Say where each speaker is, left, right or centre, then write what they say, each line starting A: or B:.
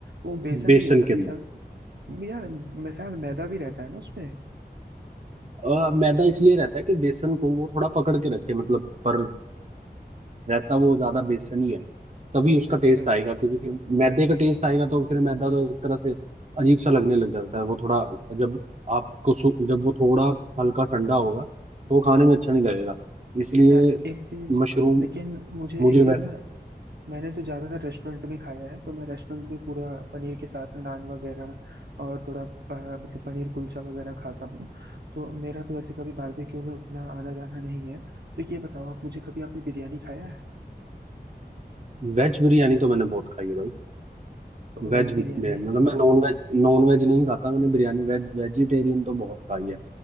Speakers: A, on the right (about 75°); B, on the right (about 40°).
A: वो बेसन
B: बेसन
A: नहीं होता मेरे
B: के अंदर
A: ख्याल से यार मैं शायद मैदा भी रहता है ना उसमें
B: अ, मैदा इसलिए रहता है कि बेसन को वो थोड़ा पकड़ के रखे मतलब पर रहता वो ज्यादा बेसन ही है तभी उसका
A: अच्छा
B: टेस्ट आएगा क्योंकि फिर मैदे का टेस्ट आएगा तो फिर मैदा तो एक तरह से अजीब सा लगने लग जाता है वो थोड़ा जब आपको सु- जब वो थोड़ा हल्का ठंडा होगा तो वो खाने में अच्छा नहीं लगेगा इसलिए
A: यार एक चीज
B: मशरूम
A: लेकिन मुझे
B: मुझे
A: एक चीज
B: वैसे
A: ना मैंने तो ज्यादातर रेस्टोरेंट में खाया है तो मैं रेस्टोरेंट में पूरा पनीर के साथ नान वगैरह और थोड़ा प- मतलब पनीर कुलचा वगैरह खाता हूँ तो मेरा तो वैसे कभी बारबेक्यू में उतना आना जाना नहीं है तो ये बताओ आप मुझे कभी आपने बिरयानी खाया है
B: वेज बिरयानी तो मैंने बहुत खाई है भाई
A: तो वेज
B: वेज
A: बिरयानी
B: भी भी है, मतलब मैं नॉन वेज नॉन वेज नहीं खाता मैंने बिरयानी वेज वेजिटेरियन तो बहुत खाई है